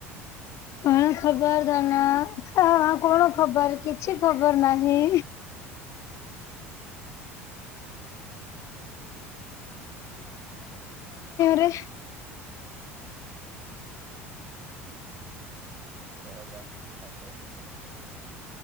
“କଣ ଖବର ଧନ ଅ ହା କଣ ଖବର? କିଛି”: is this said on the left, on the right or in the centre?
Left